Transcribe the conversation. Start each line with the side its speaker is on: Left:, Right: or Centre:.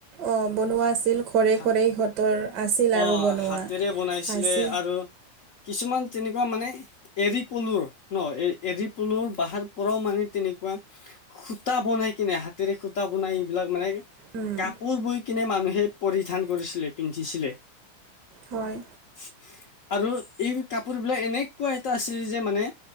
Right: অ', বনোৱা আছিল ঘৰে
Left: হা
Right: ঘৰে ইিহঁতৰ আছিল
Left: অ
Right: আৰু বনোৱা
Left: হাতেৰে বনাইছিলে
Right: আছিল
Left: আৰু কিছুমান অমান তেনেকুৱা মানে এৰী পলুৰ ন এ এৰী পলুৰ বহাৰ পৰাও মানে তেনেকুৱা সূতা বনাই কিনে হাতেৰে সুতা বনাই এইবিলাক মানে
Right: উম,
Left: কাপোৰ বই কিনে মানুহে পৰিধান কৰিছিলে পিন্ধিছিলে
Right: হয়।
Left: হয়। আৰু এই কাপোৰ বিলাক এনেকুৱা এটা আছিল যে মানে